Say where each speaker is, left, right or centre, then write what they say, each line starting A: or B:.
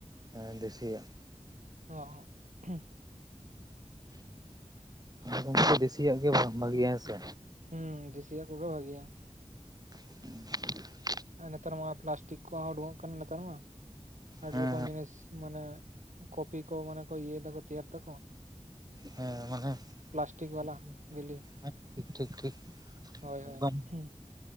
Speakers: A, on the right; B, on the right.
A: ᱦᱮ ᱫᱮᱥᱤᱭᱟᱜ
B: ᱚ ᱩ
A: ᱜᱚᱝᱠᱮ ᱫᱮᱥᱤᱭᱟᱜ ᱜᱮ ᱵᱟ ᱵᱷᱟᱹᱜᱤᱭᱟ ᱦᱮᱸ ᱥᱮ
B: ᱦᱩᱸ ᱫᱮᱥᱤᱭᱟᱜ ᱠᱚᱜᱮ ᱵᱷᱟᱜᱤᱭᱟ
A: <unintelligible>
B: ᱟᱨ ᱱᱮᱛᱟᱨ ᱢᱟ ᱯᱞᱟᱥᱴᱤᱠ ᱠᱚ ᱦᱚᱸ ᱩᱰᱩᱠᱚᱜ ᱠᱟᱱᱟ ᱱᱮᱛᱟᱨ ᱢᱟ ᱟᱹᱰᱤ
A: ᱦᱮᱸ
B: ᱨᱚᱠᱚᱢ
A: ᱦᱮᱸ
B: ᱡᱤᱱᱤᱥ ᱢᱟᱱᱮ, ᱠᱚᱯᱤ ᱠᱚ ᱢᱟᱱᱮ ᱠᱚ ᱤᱭᱟᱹ ᱫᱟᱠᱚ ᱛᱮᱭᱟᱨ ᱫᱟᱠᱚ,
A: ᱦᱮᱸ ᱢᱟᱱᱮ
B: ᱯᱞᱟᱥᱴᱤᱠ
A: <unintelligible>
B: ᱵᱟᱞᱟ ᱵᱤᱞᱤ
A: ᱦᱮᱸ ᱴᱷᱤᱠ ᱴᱷᱤᱠ᱾
B: ᱦᱳᱭ ᱦᱳᱭ
A: ᱮᱠᱫᱚᱢ